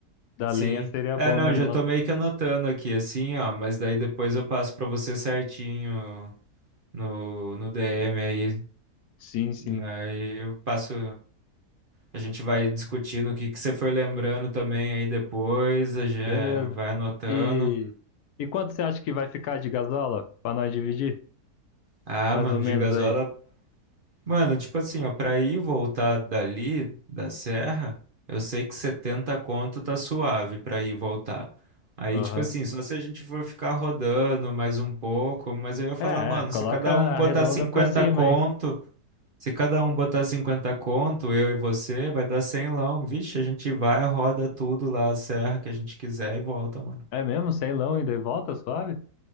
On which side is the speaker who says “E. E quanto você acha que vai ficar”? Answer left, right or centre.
Left